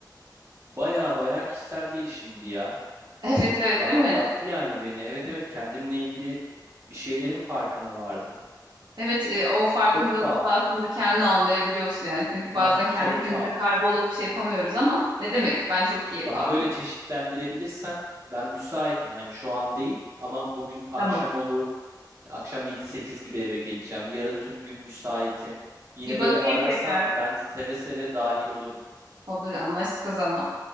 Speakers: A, on the right (about 40°); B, on the right (about 70°).
A: baya baya kişisel gelişimdi ya.
B: Evet evet
A: Rahatlattı
B: değil mi?
A: yani beni. Evet evet kendimle ilgili bir şeylerin farkına vardım.
B: Evet e, o farkındalıkla
A: Çok sağ ol.
B: aslında kendini anlayabiliyorsun yani. Çünkü
A: Hı
B: bazen
A: hı,
B: kendi
A: Çok
B: içimizde
A: sağ ol.
B: kaybolup şey yapamıyoruz ama ne demek? Ben çok keyif
A: Daha
B: aldım.
A: böyle çeşitlendirebilirsen ben müsaitim. Hani şu an değil ama bugün akşam
B: Tamam.
A: olur. Akşam yedi sekiz gibi eve geleceğim. Yarın tüm gün müsaitim. Yine
B: Bir bakayım
A: böyle ararsan
B: tekrar.
A: ben seve seve dahil olurum.
B: Olur anlaştık o zaman.